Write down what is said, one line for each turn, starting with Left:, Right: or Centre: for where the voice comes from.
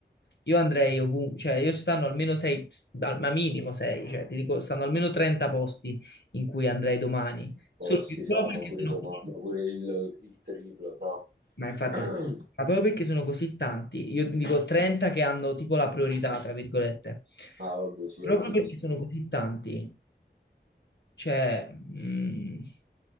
Left: io andrei ovunque, cioè, io stanno almeno sei, al- ma minimo sei, cioè, ti dico, stanno almeno 30 posti in cui andrei domani. Solo
Right: Oh, sì,
Left: che
Right: fra,
Left: proprio
Right: ma
Left: perché
Right: pure,
Left: sono...
Right: dom-
Left: così-
Right: ma ma pure il, il triplo, no?
Left: Ma infatti,
Right: <clears throat>
Left: sì. ma proprio perché sono così tanti, io ti dico 30 che hanno tipo la priorità, tra virgolette.
Right: Ah, vabbè, sì,
Left: Proprio
Right: ok,
Left: perché
Right: ci sta.
Left: sono così tanti, cioè... mm,